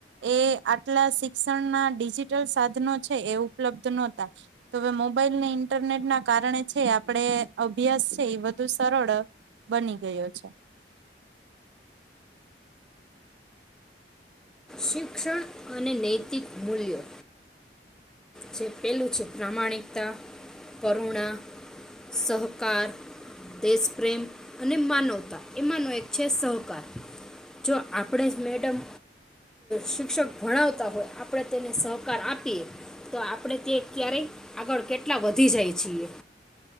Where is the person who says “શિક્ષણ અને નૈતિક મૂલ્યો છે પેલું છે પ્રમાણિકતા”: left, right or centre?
Centre